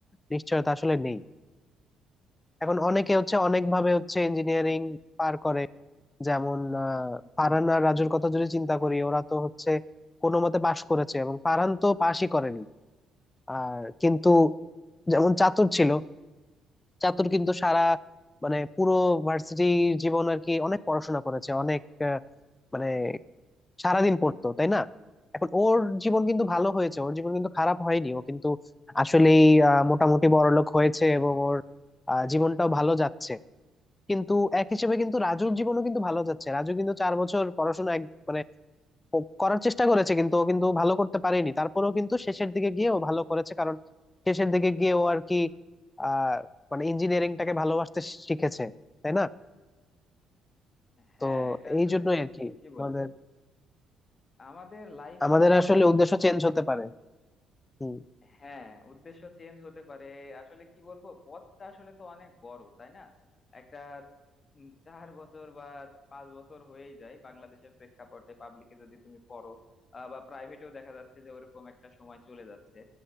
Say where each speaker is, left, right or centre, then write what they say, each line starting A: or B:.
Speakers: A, on the left; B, on the left.
A: নিশ্চয়তা আসলে নেই এখন অনেকে হচ্ছে অনেক ভাবে হচ্ছে ইঞ্জিনিয়ারিং পার করে যেমন আহ, ফারহান আর রাজুর কথা যদি চিন্তা করি ওরা তো হচ্ছে কোনো মতে পাশ করেছে এবং ফারহান তো পাশই করেনি আর কিন্তু যেমন চাতুর ছিল চাতুর কিন্তু সারা মানে পুরো ভার্সিটি জীবন আর কি অনেক পড়াশোনা করেছে অনেক আহ, মানে সারাদিন পড়তো তাই না এখন ওর জীবন কিন্তু ভালো হয়েছে ওর জীবন কিন্তু খারাপ হয়নি ও কিন্তু আসলেই আহ, মোটামুটি বড়লোক হয়েছে এবং ওর আহ, জীবনটাও ভালো যাচ্ছে কিন্তু এক হিসেবে কিন্তু রাজুর জীবনও কিন্তু ভালো যাচ্ছে রাজু কিন্তু চার বছর পড়াশোনা এক- মানে ও করার চেষ্টা করেছে কিন্তু ও কিন্তু ভালো করতে পারেনি তারপরেও কিন্তু শেষের দিকে গিয়ে ও ভালো করেছে কারণ শেষের দিকে গিয়ে ও আর কি আহ মানে ইঞ্জিনিয়ারিংটাকে ভালোবাসতে শিখেছে তাই না
B: হ্যাঁ
A: তো
B: এটা আসলে
A: এই জন্যই
B: তুমি
A: আর কি
B: ঠিকই বলেছো
A: আমাদের
B: আমাদের লাইফটা
A: আমাদের
B: আসলে
A: আসলে
B: কি
A: উদ্দেশ্য
B: বলবো
A: চেঞ্জ হতে পারে হম
B: হ্যাঁ উদ্দেশ্য চেঞ্জ হতে পারে আসলে কি বলবো পথটা আসলে তো অনেক বড় তাই না একটা উম, চার বছর বা পাঁচ বছর হয়েই যায় বাংলাদেশের প্রেক্ষাপটে পাবলিকে যদি তুমি পড়ো আহ, বা প্রাইভেটেও দেখা যাচ্ছে যে ওরকম একটা সময় চলে যাচ্ছে